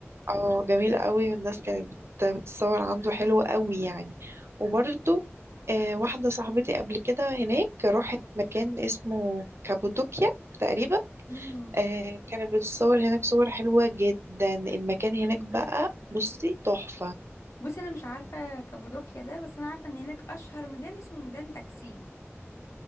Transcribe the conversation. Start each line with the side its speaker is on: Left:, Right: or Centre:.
Right: اه جميل قوي والناس كانت بت- بتتصور عنده حلو قوي يعني وبرده آه واحدة صاحبتي قبل كده هناك راحت مكان اسمه كابودوكيا تقريبا
Left: امم
Right: آه كانت بتتصور هناك صور حلوة جدا المكان هناك بقى بصي تحفة
Left: بصي انا مش عارفة كابودوكيا ده بس انا عارفة ان هناك اشهر ميدان اسمه ميدان تكسيم